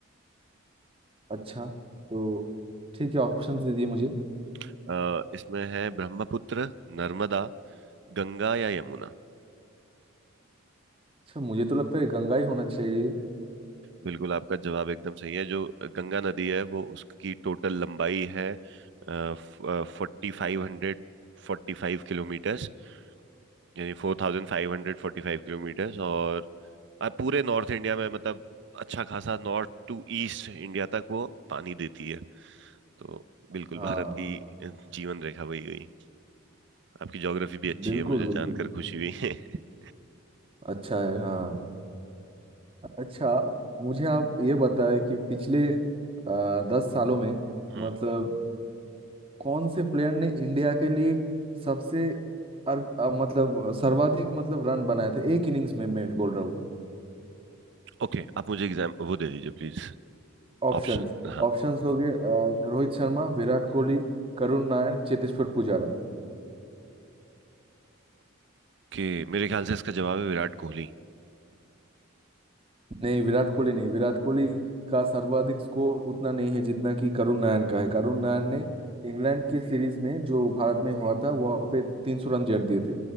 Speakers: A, on the right; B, on the right.
A: अच्छा तो ठीक है ऑप्शन दीजिए मुझे
B: अ, इसमें है ब्रह्मपुत्र नर्मदा गंगा या यमुना
A: अच्छा मुझे तो लगता है गंगा ही होना चाहिए
B: बिल्कुल आपका जवाब एकदम सही है जो गंगा नदी है वो उसकी टोटल लंबाई है फोर्टी फाइव हंड्रेड फोर्टी फाइव किलोमीटर्स यानी फोर थाउजेंड फाइव हंड्रेड फोर्टी फाइव किलोमीटर्स और अ, पूरे नॉर्थ इंडिया में मतलब अच्छा खासा नॉर्थ टू ईस्ट इंडिया तक वो पानी देती है तो बिल्कुल
A: हाँ
B: भारत
A: हाँ,
B: की अ, जीवन रेखा वही गई आपकी ज्योग्राफी भी अच्छी
A: बिल्कुल
B: है मुझे
A: बिल्कुल
B: जानकर खुशी हुई <laughs>
A: अच्छा है हाँ अच्छा मुझे आप ये बताएं कि पिछले आ, दस सालों में
B: हम्म
A: मतलब कौन से प्लेयर ने इंडिया के लिए सबसे अर, अ, मतलब सर्वाधिक मतलब रन बनाए थे एक इनिंग्स में मैं बोल रहा हूँ
B: ओके आप मुझे एग्जाम वो दे दीजिए प्लीज
A: ऑप्शंस
B: ऑप्शन हाँ
A: ऑप्शंस हो गए अ, रोहित शर्मा विराट कोहली करुण नायर चेतेश्वर पुजारा
B: ओके मेरे ख्याल से इसका जवाब है विराट कोहली
A: नहीं विराट कोहली नहीं विराट कोहली का सर्वाधिक स्कोर उतना नहीं है जितना कि करुण नायर का है करुण नायर ने इंग्लैंड के सीरीज में जो भारत में हुआ था वहां पे तीन सौ रन जड़ दिए थे